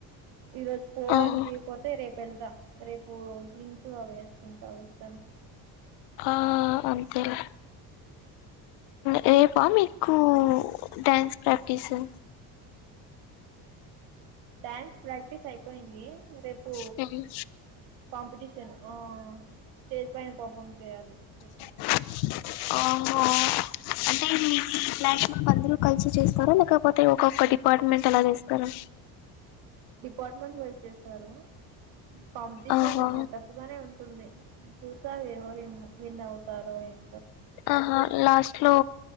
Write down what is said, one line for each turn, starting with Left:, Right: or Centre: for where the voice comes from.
Right: ఈరోజు పోవలనిపియకపోతే
Left: ఓహో
Right: రేపు వెళ్తా రేపు జీన్స్ అవి వేసుకుంటా వెస్టన్.
Left: ఆ అంతే లే రే పా మీకు
Right: మ్మ్
Left: డ్యాన్స్ ప్రాక్టీసు.
Right: డ్యాన్స్ ప్రాక్టీస్ అయిపోయింది రేపు
Left: ఉమ్
Right: కాంపిటీషన్. ఆ స్టేజ్ పైన పర్ఫార్మ్ చేయాలి.
Left: అహా
Right: రేపు
Left: మాక్సిమం అందరూకలిసి చేస్తారా, లేకపోతే ఒక్కొక్క డిపార్ట్మెంట్ అలా చేస్తారా.
Right: డిపార్ట్మెంట్ వైస్ చేస్తారు. కాంపిటీషన్
Left: ఆహా
Right: టఫ్ గానే ఉంటుంది. చూస్తారు ఎవరున్ విన్ అవుతారో ఏం
Left: ఆహా లాస్ట్ లో